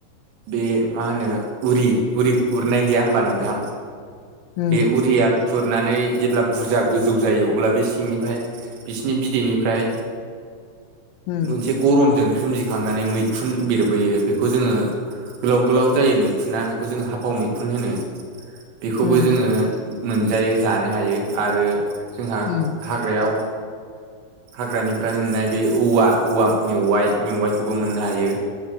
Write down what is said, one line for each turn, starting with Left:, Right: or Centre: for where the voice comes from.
Right: बे मा होनो उरि उरि उरनाय गैया होमबा नोंथां?
Left: उम
Right: बे उरिया खुरनानै जेब्ला बुरजा गोजौ जायो अब्ला बे सिंनिफ्राय बिसिनि बिदैनिफ्राय
Left: उम
Right: मोनसे गरमजों सोमजिखांनानै मैखुन बिरबोयो बेखौ जोङो गोलाव गोलाव जायो मैखुना बेखौ जों हाफाव मैखुन होनो। बेखौबो
Left: उम
Right: जोङो मोनजायो जानो हायो आरो जोंहा हा
Left: उम
Right: हाग्रायाव हाग्रानिफ्राय मोननाय बे औवा औवा मेवाइ मेवाइखौबो मोननो हायो।